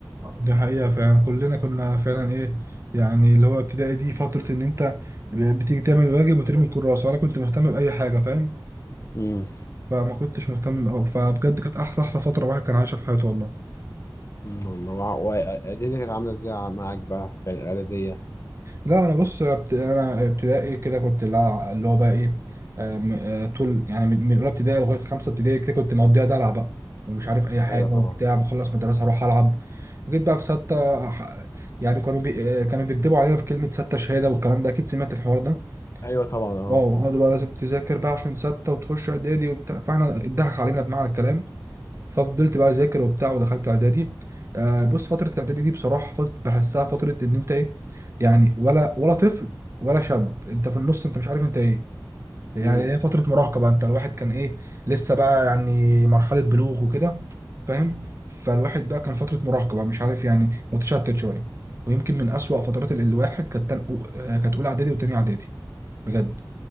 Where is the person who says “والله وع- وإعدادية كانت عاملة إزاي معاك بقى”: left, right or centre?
Left